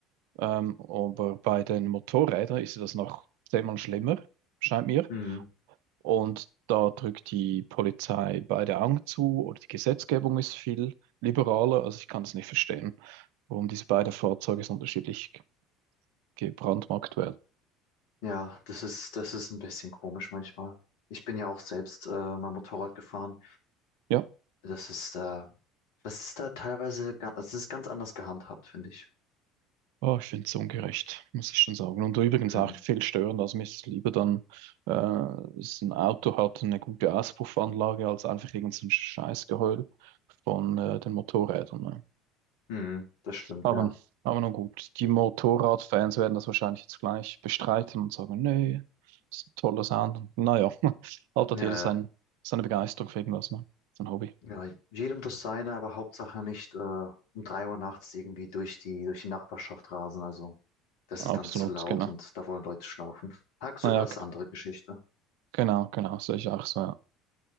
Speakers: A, on the right; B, on the left.
A: Ähm, aber bei den Motorrädern ist das noch zehnmal schlimmer, scheint mir.
B: Mhm.
A: Und da drückt die Polizei beide Augen zu oder die Gesetzgebung ist viel liberaler. Also ich kann es nicht verstehen, warum diese beiden Fahrzeuge so unterschiedlich gebrandmarkt werden.
B: Ja, das ist, das ist ein bisschen komisch manchmal. Ich bin ja auch selbst äh, mal Motorrad gefahren.
A: Ja.
B: Das ist da, das ist da teilweise, ga- also es ist ganz anders gehandhabt, finde ich.
A: Oh, ich finde es ungerecht, muss ich schon sagen. Und übrigens
B: Mhm.
A: auch viel störender. Also mir ist es lieber dann, äh, dass ein Auto hat eine gute Auspuffanlage, als einfach irgend so ein Scheißgeheul von äh, den Motorrädern. Ne?
B: Mhm. Das stimmt,
A: Aber,
B: ja.
A: aber nun gut, die Motorradfans werden das wahrscheinlich jetzt gleich bestreiten und sagen, nee, das ist ein toller Sound. Und naja, <laughs> halt hat
B: Ja,
A: jeder
B: ja.
A: sein, seine Begeisterung für irgendwas, ne? Sein Hobby.
B: Ja, jedem das seine, aber Hauptsache nicht äh, um drei Uhr nachts irgendwie durch die, durch die Nachbarschaft rasen. Also das ist
A: Absolut,
B: dann zu laut
A: genau.
B: und da wollen Leute schlafen. Tagsüber
A: Naja,
B: ist
A: g-
B: eine andere Geschichte.
A: genau, genau, sehe ich auch so. ja.